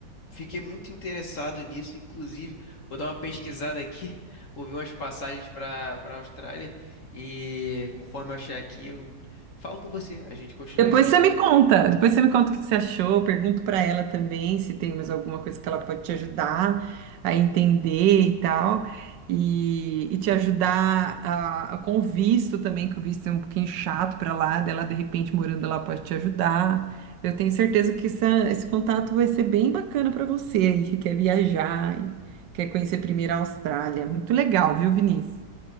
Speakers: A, on the left; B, on the right.
A: Fiquei muito interessado nisso, inclusive, vou dar uma pesquisada aqui, <laughs> vou ver umas passagens para para a Austrália e conforme eu achar aqui, eu falo com você. A gente continua
B: Depois
A: esse assunto.
B: você me conta, depois você me conta o que que você achou, pergunto para ela também se tem mais alguma coisa que ela pode te ajudar a entender e tal, e, e te ajudar a, a- com o visto também, que o visto é um pouquinho chato para lá, dela de repente morando lá pode te ajudar. Eu tenho certeza que essa- esse contato vai ser bem bacana para você aí que quer viajar e quer conhecer primeiro a Austrália. Muito legal, viu, Vinícius?